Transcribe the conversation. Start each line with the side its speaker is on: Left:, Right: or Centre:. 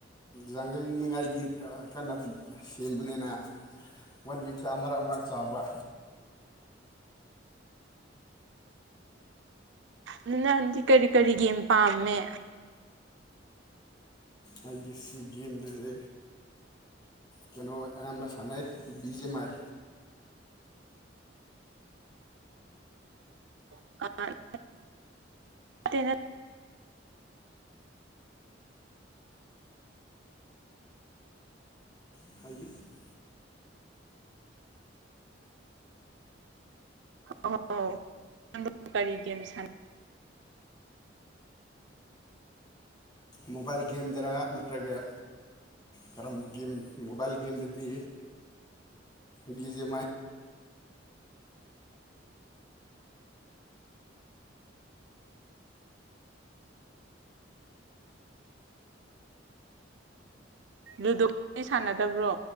Left: ꯌꯥꯡꯒꯪꯅꯤꯉꯥꯏꯒꯤ ꯀꯟꯅ ꯁꯦꯝꯕꯅꯤꯅ ꯋꯥꯟ ꯋꯤꯛꯇ ꯑꯃꯔꯛ ꯑꯃꯔꯛ ꯆꯥꯕ
Right: ꯅꯪ ꯅꯪꯗꯤ ꯀꯔꯤ ꯀꯔꯤ ꯒꯦꯝ ꯄꯥꯝꯃꯦ
Left: ꯑꯩꯥꯒꯤ ꯁꯤ ꯒꯦꯝꯗꯨꯗꯤ ꯀꯩꯅꯣ ꯑꯌꯥꯝꯕ ꯁꯥꯟꯅꯩ ꯕꯤꯖꯦꯝ ꯃꯥꯏ
Right: <unintelligible> ꯅꯠ
Left: <unintelligible>
Right: <unintelligible>
Left: ꯃꯣꯕꯥꯏꯜ ꯒꯦꯝꯗꯔ ꯅꯠꯇ꯭ꯔꯒ ꯀꯔꯝꯕ ꯒꯦꯝ ꯃꯣꯕꯥꯏꯜ ꯒꯦꯝꯗꯗꯤ ꯕꯤ ꯖꯦ ꯃꯥꯏ
Right: ꯂꯨꯗꯣꯗꯤ ꯁꯥꯟꯅꯗꯕ꯭ꯔꯣ